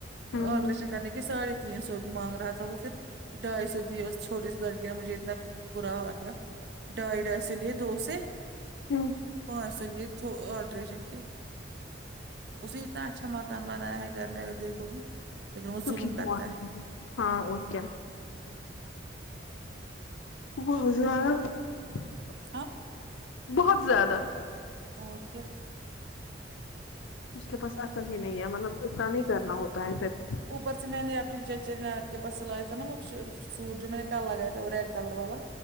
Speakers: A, on the left; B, on the right.
A: ہوں
B: آلٹریشن
A: ہوں
B: کرنے کی ساڑھے تین سو مانگ رہا تھا وہ پھر ڈھائی سو دیے اس چھوٹے سے لڑکے نے مجھے اتنا برا لگا دائرہ سے لیے دو سے
A: ہمم
B: پانچ سو لیے تھ آٹریشن کے اسی اتنا اچھا مکان بنایا ہے گھر میں اگر دیکھو گی لیکن وہ
A: تو
B: ظلم
A: ٹھیک
B: کرتا
A: ہوا
B: ہے
A: ہاں اور کیا <unintelligible>
B: ہاں
A: بہت زیادہ
B: اور کیا
A: اس کے پاس آقل ہی نہیں ہے مطلب ااتنا نہیں کرنا ہوتا ہے پھر
B: اپر سے میں نے اپنی چچیری ناند کے بس سلاا نا وہ سوٹ جو میں نے کل لگایا تھا وہ ریڈ کلر والا